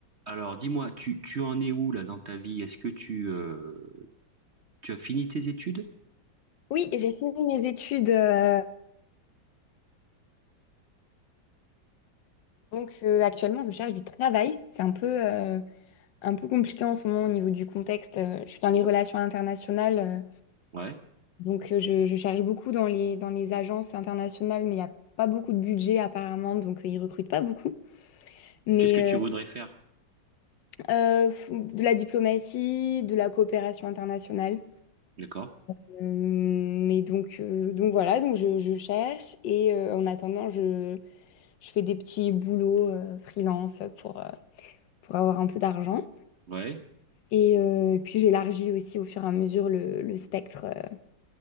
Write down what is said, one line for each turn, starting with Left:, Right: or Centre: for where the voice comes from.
Right: Alors, dis-moi, tu, tu en es où là dans ta vie? Est-ce que tu, euh, tu as fini tes études?
Left: Oui, j'ai fini mes études. euh, donc euh, actuellement, je cherche du travail. C'est un peu, euh, un peu compliqué en ce moment au niveau du contexte. Euh, je suis dans les relations internationales. euh,
Right: Ouais.
Left: donc euh, je, je cherche beaucoup dans les, dans les agences internationales, mais il n'y a pas beaucoup de budget apparemment. Donc euh, ils recrutent pas beaucoup. Mais
Right: Et Qu'est-ce que tu voudrais
Left: euh,
Right: faire?
Left: euh, f- de la diplomatie, de la coopération internationale.
Right: D'accord.
Left: Euh, mais donc, euh, donc voilà, donc je, je cherche. Et euh, en attendant, je, je fais des petits boulots euh, freelance pour... euh, pour avoir un peu d'argent.
Right: Ouais.
Left: Et euh, puis j'élargis aussi au fur et à mesure le, le spectre, euh,